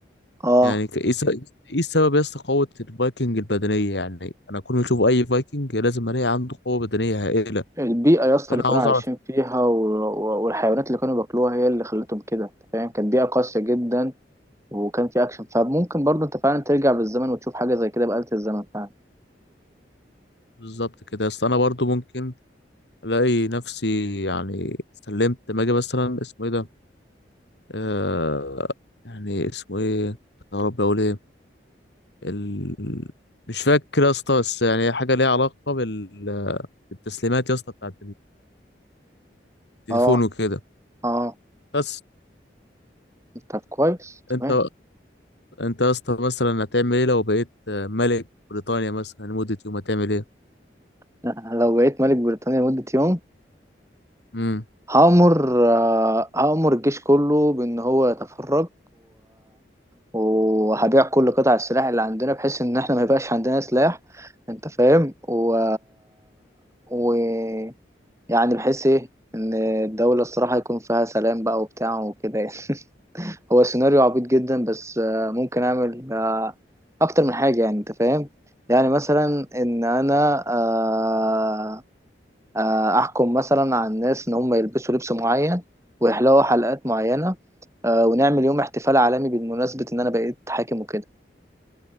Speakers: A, on the right; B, on the left.
A: اه
B: يعني ك- إيه س- إيه السبب يا اسطى قوة الفايكنج البدنية يعني أنا كل ما أشوف أي فايكنج لازم ألاقي عنده قوة بدنية هائلة
A: البيئة يا اسطى
B: فأنا
A: اللي كانوا
B: عاوز
A: عايشين
B: أعرف
A: فيها و- و- والحيوانات اللي كانوا بياكلوها هي اللي خلتهم كده انت فاهم كانت بيئة قاسية جدا وكان في أكشن فممكن برضه أنت فعلا ترجع بالزمن وتشوف حاجة زي كده بآلة الزمن فعلا
B: بالظبط كده أصل أنا برضو ممكن الاقي نفسي يعني سلمت لما اجي مثلا اسمه ايه ده آه يعني اسمه ايه يا رب اقول ايه ال... مش فاكر يا اسطى بس يعني حاجه ليها علاقه بال... بالتسليمات يا اسطى بتاعت التليفون
A: اه
B: وكده
A: اه
B: بس
A: طب كويس تمام
B: انت انت يا اسطى مثلا هتعمل ايه لو بقيت آه، ملك بريطانيا مثلا لمده يوم هتعمل ايه
A: <laughs> أنا لو بقيت ملك بريطانيا لمدة يوم
B: امم
A: هأمر آه، هأمر الجيش كله بإن هو يتفرج وهبيع كل قطع السلاح اللي عندنا بحيث ان احنا ما يبقاش عندنا سلاح انت فاهم و... و... يعني بحيث ايه ان الدولة الصراحة يكون فيها سلام بقى وبتاع وكده يعني <laughs> هو سيناريو عبيط جدا بس آه، ممكن اعمل آه، اكتر من حاجة يعني انت فاهم يعني مثلا ان انا آه، آه، احكم مثلا على الناس ان هم يلبسوا لبس معين ويحلقوا حلقات معينة آه، ونعمل يوم احتفال عالمي بالمناسبة ان انا بقيت حاكم وكده